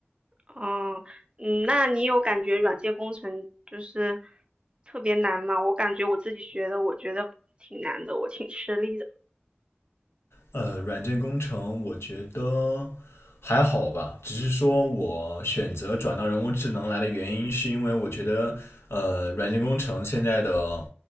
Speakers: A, on the right; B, on the left.
A: 哦，嗯，那你有感觉软件工程就是特别难吗？我感觉我自己学的，我觉得挺难的，我挺吃力的。
B: 呃，软件工程我觉得还好吧，只是说我选择转到人工智能来的原因，是因为我觉得呃，软件工程现在的